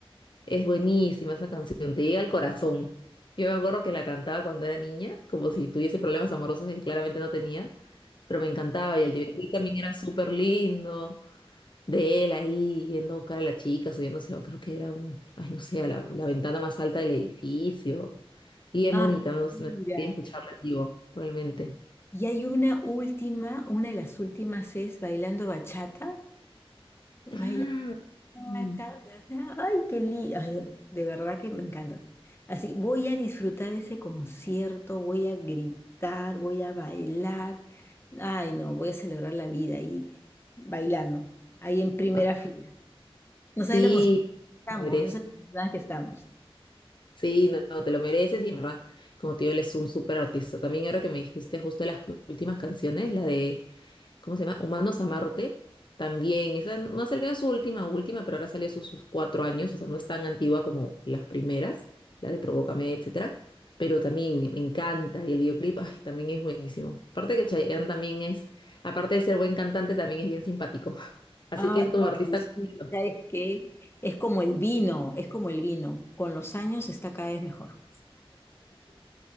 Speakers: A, on the left; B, on the left.
A: Es buenísima esa canción, te llega al corazón. Yo me acuerdo que la cantaba cuando era niña, como si tuviese problemas amorosos que claramente no tenía. pero me encantaba y el DirecTV también era súper lindo, de él ahí yendo a buscar a la chica, subiéndose, o creo que era un, ay no sé, a la, la ventana más alta del edificio, y es
B: Ah,
A: bonita, me gust-
B: mira.
A: me gustaría escucharla en vivo, realmente.
B: Y hay una última, una de las últimas es Bailando Bachata. Bailando
A: Ah, mm.
B: Ah, ta, ta, ta. Ay, qué lindo. de de verdad que me encanta. Así, voy a disfrutar ese concierto, voy a gritar, voy a bailar. Ay, no, voy a celebrar la vida ahí bailando, ahí en primera
A: Ah,
B: fila. No
A: sí,
B: sabes lo emocionados que estamos,
A: te mereces.
B: no sabes lo emocionadas que estamos.
A: Sí, no, no, te lo mereces y en verdad, como te digo, él es un súper artista. También ahora que me dijiste justo las cu- últimas canciones, la de ¿cómo se llama? Humanos a Marte, también, esa no ha salido su última, última, pero ahora salió sus, sus cuatro años, o sea, no es tan antigua como las primeras, la de Provócame, etcétera, pero también me encanta, y el videoclip, ay, también es buenísimo. Aparte que Chayanne también es, aparte de ser buen cantante, también es bien simpático, <laughs> así
B: Ah,
A: que es como artista
B: ay, sí,
A: completo.
B: ¿sabes qué? Es como el vino, es como el vino. Con los años está cada vez mejor.